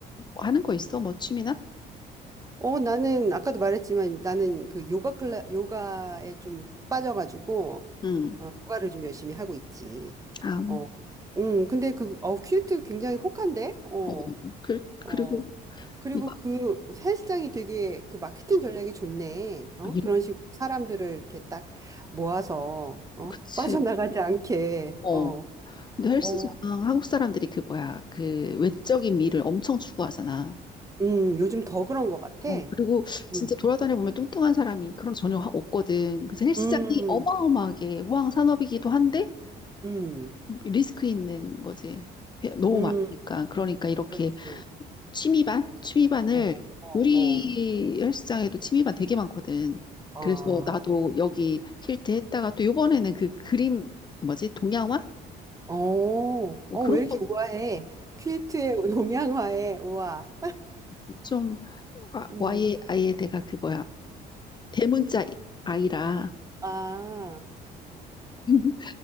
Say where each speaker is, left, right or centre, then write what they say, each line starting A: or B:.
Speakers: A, on the left (about 25°); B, on the right (about 20°).
A: 하는 거 있어? 뭐 취미나?
B: 어, 나는 아까도 말했지만 나는 그 요가 클라 요가에 좀 빠져가지고
A: 응.
B: 어, 요가를 좀 열심히 하고 있지.
A: 아,
B: 어, 음, 근데 그 어, 퀼트 굉장히 혹한데, 어,
A: 어, 그, 그리고
B: 어. 그리고
A: 이거
B: 그 헬스장이 되게 그 마케팅 전략이 좋네. 어,
A: 이렇
B: 그런 식으로 사람들을 이렇게 딱 모아서 어,
A: 그치.
B: 빠져나가지 않게.
A: 어,
B: 어,
A: 근데 헬스장
B: 어,
A: 한국 사람들이 그 뭐야 그 외적인 미를 엄청 추구하잖아.
B: 음, 요즘 더 그런 것 같아.
A: 어, 그리고 진짜
B: 음.
A: 돌아다녀 보면 뚱뚱한 사람이 그런 거 전혀 하- 없거든. 그래서 헬스장이
B: 음,
A: 어마어마하게 호황 산업이기도 한데
B: 음,
A: 리스크 있는 거지. 너무
B: 음,
A: 많으니까. 그러니까 이렇게
B: 그렇지.
A: 취미반? 취미반을
B: 어, 어,
A: 우리
B: 어.
A: 헬스장에도 취미반 되게 많거든.
B: 아,
A: 그래서 나도 여기 퀼트 했다가 또 요번에는 그 그림 뭐지? 동양화?
B: 어,
A: 뭐
B: 어,
A: 그런
B: 왜 이렇게 우아해? 퀼트의 <laughs> 동양화에 우아.
A: 것좀
B: 음,
A: 와이 아예 아예 내가 그 뭐야 대문자 아이라
B: 아,
A: <laughs>